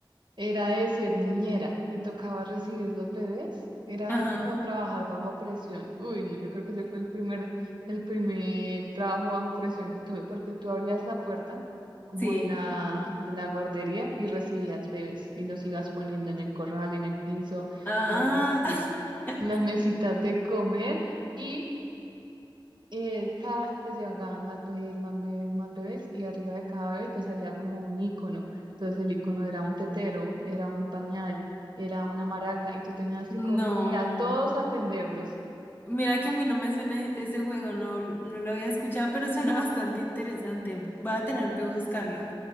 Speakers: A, on the right; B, on the left.
A: Era de ser niñera y tocaba recibir los bebés. Era
B: Ajá.
A: como trabajar bajo presión. Uy, no, yo creo que ese fue el primer, el primer trabajo bajo presión que tuve, porque tú abrías la puerta como
B: Sí.
A: de la, de la guardería y recibías bebés y los ibas poniendo en el corral, en el piso,
B: Ah,
A: en las mesitas,
B: <laughs>
A: en las mesitas de comer y eh, cada, te llegaban más bebés, más bebés, más bebés, y arriba de cada bebé te salía como un icono. Entonces el icono era un tetero, era un pañal, era una maraca, y tú tenías
B: no.
A: que coger y a todos atenderlos.
B: Mira que a mí no me suena e- ese juego, no, no lo había escuchado, pero suena bastante interesante. Va a tener que buscarlo.